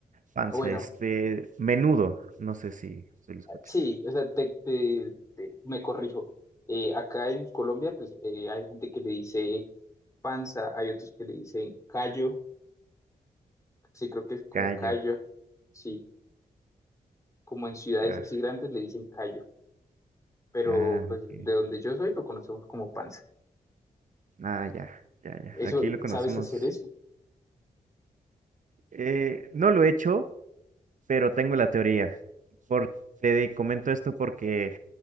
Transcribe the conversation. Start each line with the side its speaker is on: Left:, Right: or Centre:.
Right: panza,
Left: Bueno,
Right: este, menudo, no sé si, si lo escuchas.
Left: sí, o sea, te, te- te- me corrijo. Eh, acá en Colombia, pues eh, hay gente que le dice panza, hay otros que le dicen callo, sí, creo que es como
Right: Callo,
Left: callo. Sí. como en ciudades
Right: ya,
Left: así grandes le dicen callo, pero
Right: ah,
Left: pues
Right: ok,
Left: de donde yo soy lo conocemos como panza.
Right: ah, ya, ya, ya.
Left: ¿Eso,
Right: Aquí lo conocemos
Left: sabes hacer eso?
Right: Eh, no lo he hecho, pero tengo la teoría. Por- te comento esto porque